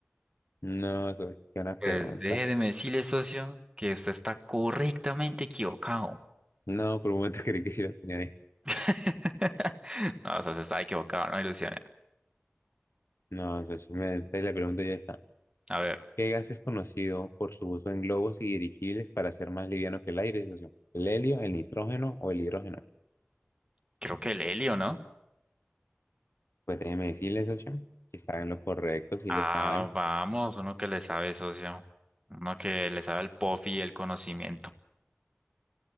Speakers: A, on the left; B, on the right.
A: No, socio, qué buena
B: Pues
A: pregunta.
B: déjeme decirle, socio, que usted está correctamente equivocado.
A: No, por un momento creí que sí la tenía ahí.
B: <laughs> No, o sea, se estaba equivocado, no ilusiones.
A: No, socio, me, entonces la pregunta ya está.
B: A ver,
A: ¿Qué gas es conocido por su uso en globos y dirigibles para ser más liviano que el aire, socio? ¿El helio, el nitrógeno o el hidrógeno?
B: creo que el helio, ¿no?
A: Pues déjeme decirle, socio, que está en lo correcto si
B: Ah,
A: le sabe.
B: vamos, uno que le sabe, socio. Uno que le sabe al pofi y el conocimiento.